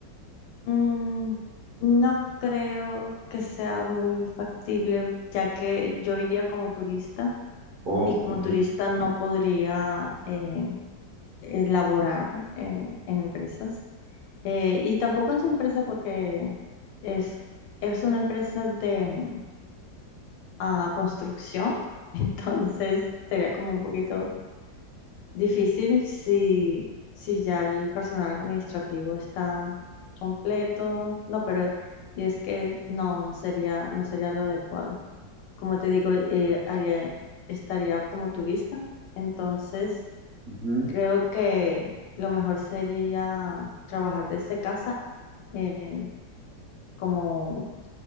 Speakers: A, on the left; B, on the right.
A: Mm, no creo que sea muy factible, ya que yo iría como turista
B: Oh,
A: y como
B: ujú,
A: turista no podría eh, laborar eh, en empresas. Eh, y tampoco en su empresa porque es, es una empresa de mm, ah, construcción, <laughs> entonces sería como un poquito difícil si, si ya el personal administrativo está completo. No, pero es que no, no sería, no sería lo adecuado. Como te digo, eh, haría, estaría como turista, entonces
B: ujú.
A: Creo que lo mejor sería trabajar desde casa eh, como